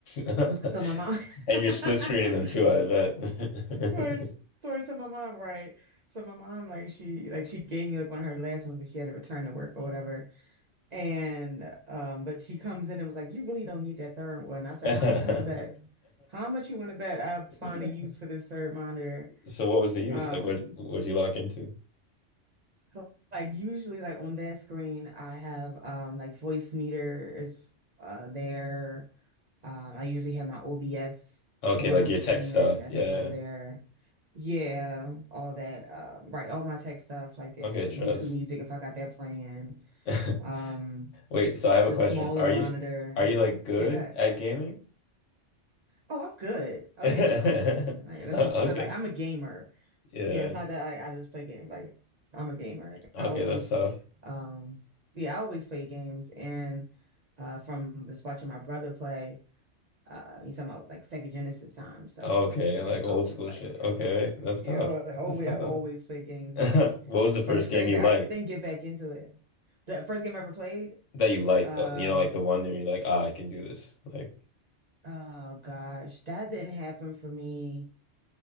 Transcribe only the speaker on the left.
<laughs>
And
you're split screening them too, I bet.
<laughs>
Mm-hmm.
<laughs>
So what was the use?
Like what what'd you lock into?
Okay,
like
your
tech stuff.
Yeah. yeah,
yeah.
Okay, trust.
<laughs>
Wait, so I have
a question.
Are
you are you like good
at gaming?
<laughs>
O-
Okay.
Yeah.
Okay,
that's tough.
Okay,
like old
school
shit.
Okay, that's
tough.
That's
tough.
<laughs> What
was the first
game you
liked?
That you liked
though. You know, like the one that you're like, ah, I can do this. Like,